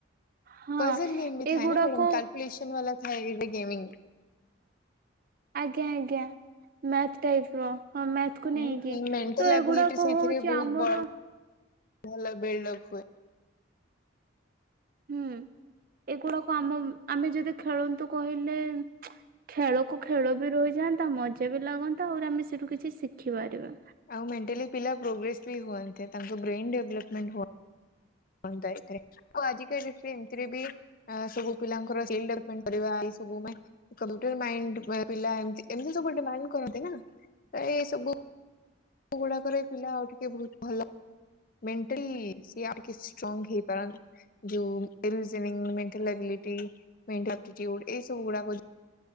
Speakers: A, on the right; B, on the left.
A: ହଁ
B: ପଜଲ ଗେମ୍ ବି ଥାଏ
A: ଏଗୁଡାକ
B: ନା ମ୍ୟାଡାମ <inaudible> ବାଲା ଥାଏ ଗେମିଙ୍ଗ।
A: ଆଜ୍ଞା ଆଜ୍ଞା ମେଥ ଟାପିଇ ର ହଁ ମେଥ କୁ
B: ହୁଁ
A: ନେଇକି
B: ମେଣ୍ଟାଲ
A: ତ
B: ଆବିଲିଟି
A: ଏଗୁଡାକ
B: ସେଇଥିରେ
A: ହଉଛି
B: ବହୁତ
A: ଆମର
B: ବଡ ଭଲ ବିଲ୍ଡ ଅପ ହୁଏ।
A: ହୁଁ ଏଗୁଡାକୁ ଆମ ଆମେ ଯଦି ଖେଳନ୍ତୁ କହିଲେ ଖେଳକୁ ଖେଳ ବି ରହିଯାଆନ୍ତା ମଜା ବି ଲାଗନ୍ତା ଆହୁରି ଆମେ ସେଠୁ କିଛି ଶିଖିପାରିବା।
B: ଆଉ ମେଣ୍ଟାଲି ପିଲା ପ୍ରୋଗ୍ରେସ ବି ହୁଅନ୍ତି ତାଙ୍କ ବ୍ରେନ ଡେଭଲପମେଣ୍ଟ ହୁ ବନ୍ଦ ଥାଏ ଏଥରେ ଆଉ ଆଜିକା ଡେଟରେ ଏମିତିରେ ବି ସବୁ ପିଲାଙ୍କର ସ୍କିଲ ଡେଭଲପମେଣ୍ଟ କରିବା ଏ ସବୁ ପାଇଁ କମ୍ପୁଟର ମାଇଣ୍ଡି ପିଲା ଏମତି ସବୁ ଡିମାଣ୍ଡ କରନ୍ତି ନା ପ୍ର ଏ ସବୁ ସବୁ ଗୁଡାକରେ ପିଲା ଆଉ ଟିକେ ବହୁତ ଭଲ ମେଣ୍ଟାଲି ସିଏ ଆଉ କିଛି ଷ୍ଟ୍ରଙ୍ଗ ହେଇପାରାନ୍ତି। <inaudible>